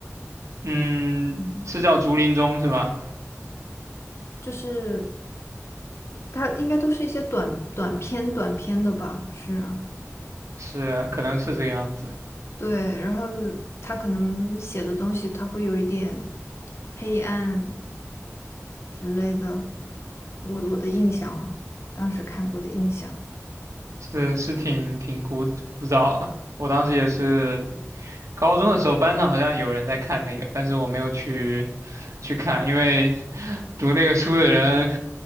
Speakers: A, on the right (about 85°); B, on the left (about 60°).
A: 嗯，
B: 嗯，
A: 是叫竹林中是吧？
B: 就是它应该都是一些短短篇、短篇的吧？是啊，
A: 是，可能是这个样子。
B: 对。然后他可能写的东西，他会有一点黑暗之类的。我我的印象啊，当时看过的印象。
A: 是是挺挺古古早了。我当时也是高中的时候，班上好像有人在看那个，但是我没有去去看，因为读那个书的人